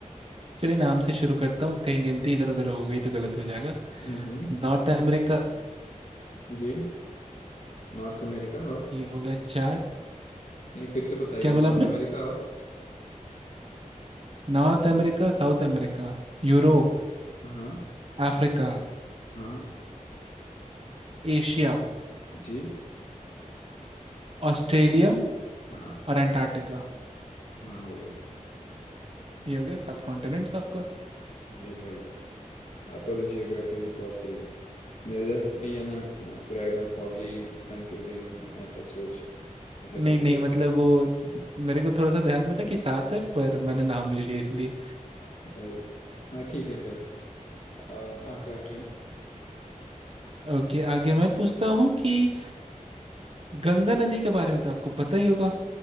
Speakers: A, on the right (about 45°); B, on the left (about 60°).
A: चलिए नाम से शुरू करता हूँ कहीं गिनती इधर उधर हो गई तो गलत हो जाएगा
B: हम्म हम्म,
A: North America
B: जी नॉर्थ अमेरिका और
A: ये हो गया चार
B: नहीं फिर से बताइएगा
A: क्या बोला
B: नॉर्थ
A: आपने
B: अमेरिका और
A: North America South America Europe
B: हाँ हाँ
A: Africa
B: हाँ
A: Asia
B: जी
A: Australia
B: हाँ
A: और अंटार्कटिका
B: हाँ हो गया
A: ये हो गया सात कॉन्टिनेंट्स आपका
B: अरे भाई आपका तो जियोग्राफी भी बहुत सही है मेरे जैसे तो नहीं है ना पूरा एकदम फॉगी कंफ्यूजिंग ऐसा सोच मतलब
A: नहीं
B: कि भाई
A: नहीं मतलब वो
B: <laughs>
A: मेरे को थोड़ा सा ध्यान में था कि सात है पर मैंने नाम ले लिया इसलिए
B: भाई हाँ ठीक है फिर अ, आपका टर्न
A: ओके आगे मैं पूछता हूँ कि गंगा नदी के बारे में तो आपको पता ही होगा